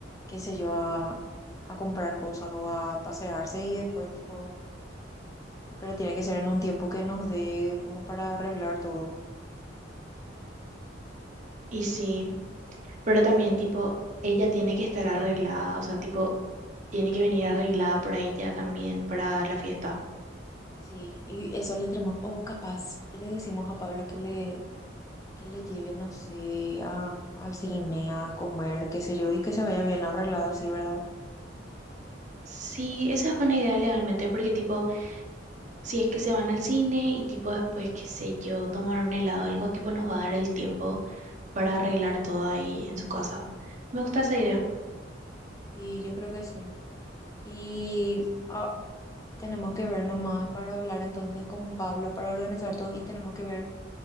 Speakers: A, on the left; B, on the right.
A: qué sé yo, a, a comprar cosas o a pasearse y después tipo, pero tiene que ser en un tiempo que nos dé como para arreglar todo.
B: Y sí, pero también tipo, ella tiene que estar arreglada, o sea, tipo, tiene que venir arreglada por ahí ya también para la fiesta.
A: Sí, y eso le tenemos, o capaz le decimos a Pablo que le, que le lleve, no sé, a, al cine, a comer, qué sé yo, y que se vaya bien arreglada, sí, ¿verdad?
B: Sí, esa es buena idea legalmente, porque tipo, Si es que se van al cine y tipo después, qué sé yo, tomar un helado, algo tipo nos va a dar el tiempo para arreglar todo ahí en su casa. Me gusta esa idea.
A: Sí, yo creo que sí. Y ah, tenemos que ver nomás para hablar entonces con Pablo, para organizar todo, y tenemos que ver